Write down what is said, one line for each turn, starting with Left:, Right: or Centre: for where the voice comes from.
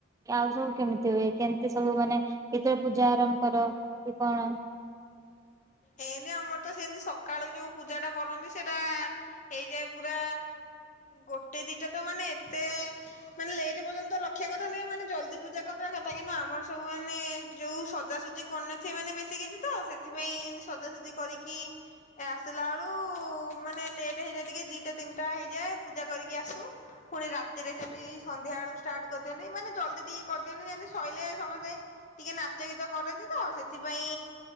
Right: ଆଉ ସବୁ କେମିତି ହୁଏ କେମିତି ସବୁ ମାନେ କେତେବେଳେ ପୂଜା ଆରମ୍ଭ କର କି କଣ।
Left: ଏନ୍ତି ଆମର ତ ସେନ୍ତି ସକାଳୁ ଯୋଉ ପୂଜା ଟା କରନ୍ତି ସେଟା ଆଁ ହେଇଯାଏ। ପୁରା ଗୋଟେ ଦିଟା ତ ମାନେ ଏତେ ମାନେ ଲେଟ ପର୍ଯ୍ୟନ୍ତ ରଖିବା କଥା ନୁହେଁ ମାନେ ଜଲ୍ଦି ପୂଜା କରିଦବା କଥା କିନ୍ତୁ ଆମର ସବୁ ମାନେ ଯୋଉ ସଜାସଜି କରି ନଥିବେ ମାନେ ବେଶୀ କିଛି ତ ସେଥିପାଇଁ ଏ ନ୍ତି। ସଜାସଜି କରିକି ଆସିଲା ଆଳୁ ମାନେ ଲେଟ୍ ହେଇଯାଏ ଟିକେ ଦିଟା ତିନ୍ ଟା ହେଇଯାଏ ପୂଜା କରିକି ଆସୁ ପୁଣି ରାତିରେ ସେମତି ସନ୍ଧ୍ୟା ବେଳକୁ ଷ୍ଟାର୍ଟ କରିଦିଅନ୍ତି। ଜଲ୍ଦି ଟିକେ କରିଦିଅନ୍ତି ଯେମିତି ଶଇିଲେ ସମସ୍ତେ ଟିକେ ନାଚ ଗୀତ କରନ୍ତି ତ ସେଥିପାଇଁ